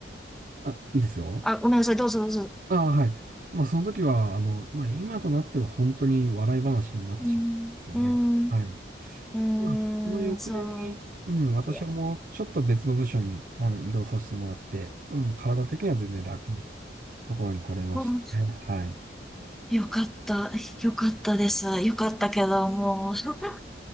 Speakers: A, on the right (about 45°); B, in the centre.
A: あ、いいですよ。
B: あ、ごめんなさい、どうぞどうぞ。
A: ああ、はい。まあ、その時は、あの、まあ、今となっては本当に笑い話になってしまうんですよね。
B: うーん、うーん、
A: はい。
B: う
A: まあ、その翌年に、
B: ーん、そ
A: うん、私はもうちょっと別の部署にあの移動させてもらって、
B: う。いや、
A: うん、体的には全然楽なところに来れましたね。
B: うん、
A: はい。
B: よかった、よかったです。よかったけど、もう。<laughs>